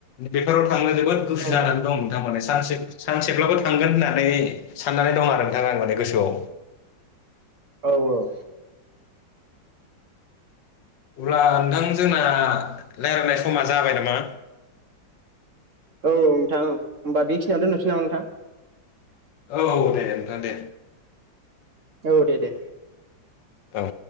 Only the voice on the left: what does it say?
बेफोराव थांनो जोबोद गोसो
जानानै दं नोंथां माने सानसे सानसेब्लाबो थांगोन होननानै साननानै दं आरो नोंथाङा आं माने गोसोआव।
अब्ला नोंथां जोंना रायज्लायनाय समा जाबाय नामा?
औ दे नोंथां दे
औ